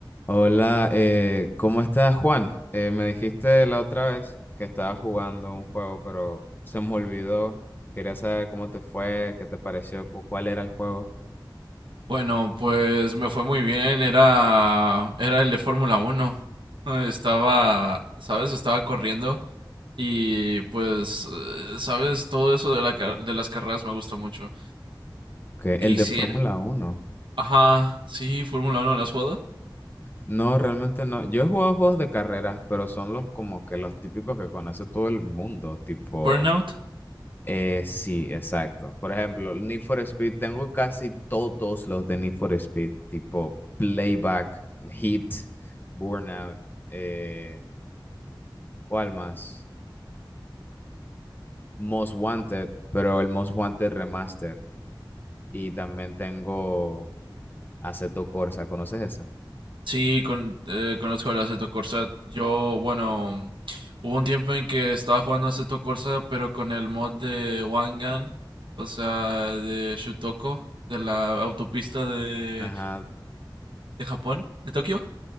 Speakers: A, on the left; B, on the right.
A: Hola, eh, ¿cómo estás, Juan? Eh, me dijiste la otra vez que estabas jugando un juego, pero se me olvidó. Quería saber cómo te fue, qué te pareció, cu- cuál era el juego.
B: Bueno, pues me fue muy bien. Era, era el de Fórmula uno. <laughs> Estaba, ¿sabes? Estaba corriendo y pues, eh, ¿sabes? Todo eso de, la, ca- de las carreras me gustó mucho.
A: Ok, El
B: Quisiera...
A: de Fórmula uno.
B: Ajá, sí, Fórmula uno, ¿la has jugado?
A: No, realmente no. Yo he jugado juegos de carreras, pero son los como que los típicos que conoce todo el mundo, tipo...
B: Burnout.
A: eh, sí, exacto. Por ejemplo, el Need for Speed, tengo casi todos los de Need for Speed, tipo Playback, Heat, Burnout. eh, ¿Cuál más? Most Wanted, pero el Most Wanted Remaster. Y también tengo Assetto Corsa, ¿conoces esa?
B: Sí, con, eh, conozco el Assetto Corsa. Yo, bueno, hubo un tiempo en que estaba jugando Assetto Corsa, pero con el mod de Wangan, o sea, de Shutoko, de la autopista de
A: Ajá,
B: de Japón, de Tokio.